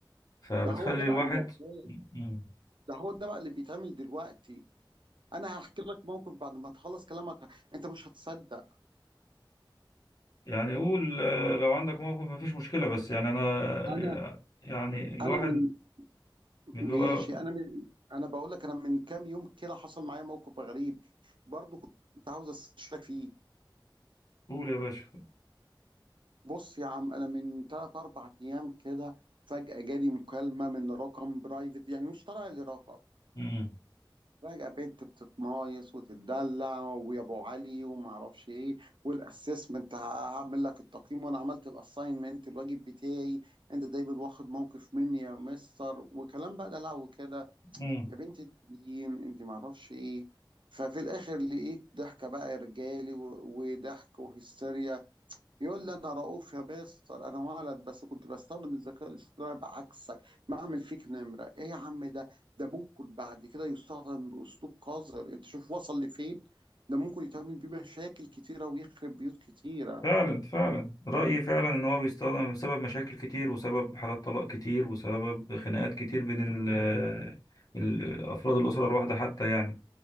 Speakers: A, on the left; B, on the right.
A: فبتخلي
B: ده هو ده بقى
A: الواحد
B: المعتاد
A: مم.
B: ده هو ده بقى اللي بيتعمل دلوقتي انا هحكي لك موقف بعد ما تخلص كلامك انت مش هتصدق
A: يعني يقول آه، لو عندك موقف مفيش مشكله بس يعني انا
B: انا
A: آه، يعني الواحد
B: انا من ماشي
A: من اللي هو
B: انا من انا بقول لك انا من كام يوم كده حصل معايا موقف غريب برضو كنت عاوز استشارك فيه
A: قول يا باشا
B: بص يا عم انا من 3 4 ايام كده فجأة جالي مكالمة من رقم برايفت يعني مش طالع لي رقم
A: مم.
B: فجأة بنت بتتمايص وتتدلع ويا ابو علي وما اعرفش ايه والاسسمنت هعمل لك التقييم وانا عملت الاساينمنت الواجب بتاعي انت دايما واخد موقف مني يا مستر وكلام بقى ده لو كده
A: مم.
B: يا بنت التنين انت ما اعرفش ايه ففي الاخر لقيت ضحكة بقى رجالي و- وضحك وهستيريا يقول لي انا رؤوف يا بيستر انا ولد بس كنت بستخدم الذكاء الاصطناعي بعكسك بعمل فيك نمره ايه يا عم ده ده ممكن بعد كده يستخدم باسلوب قذر انت شوف وصل لفين ده ممكن يتعمل بيه مشاكل كتيره ويخرب بيوت كتيره
A: فعلا فعلا رأيي فعلا إن هو بيستخدم بسبب مشاكل كتير وسبب حالات طلاق كتير وسبب خناقات كتير بين ال <laughs> ال- أفراد الأسرة الواحدة حتى يعني